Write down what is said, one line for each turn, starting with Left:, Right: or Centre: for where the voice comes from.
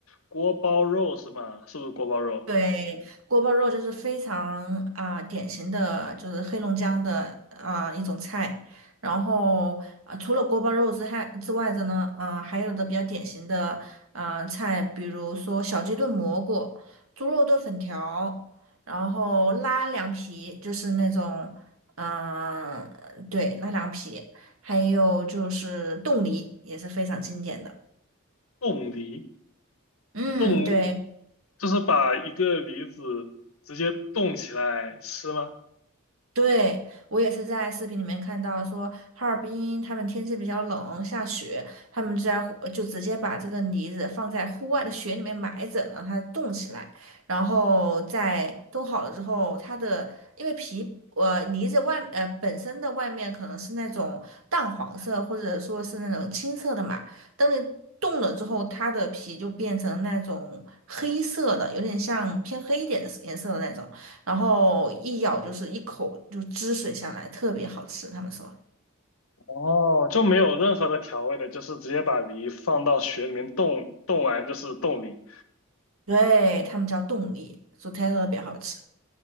Left: 锅包肉是吗？是不是锅包肉？
Right: 对，锅包肉就是非常啊、典型的，就是黑龙江的啊、一种菜。然后啊、除了锅包肉之外之外的呢，啊、还有的比较典型的啊、菜，比如说小鸡炖蘑菇、猪肉炖粉条，然后拉凉皮，就是那种嗯、对，拉凉皮，还有就是冻梨也是非常经典的。
Left: 冻梨？
Right: 嗯，
Left: 冻，
Right: 对。
Left: 就是把一个梨子直接冻起来吃吗？
Right: 对，我也是在视频里面看到说，哈尔滨他们天气比较冷，下雪，他们在户就直接把这个梨子放在户外的雪里面埋着，让它冻起来，然后在冻好了之后，它的因为皮呃梨子外呃本身的外面可能是那种淡黄色或者说是那种青色的嘛，等你冻了之后，它的皮就变成那种黑色的，有点像偏黑一点的颜色的那种。然后一咬就是一口就汁水下来，特别好吃。他们说，
Left: 哦，就没有任何的调味的，就是直接把梨放到雪里面冻，冻完就是冻梨。
Right: 对，他们叫冻梨，说特别好吃。
Left: 哦，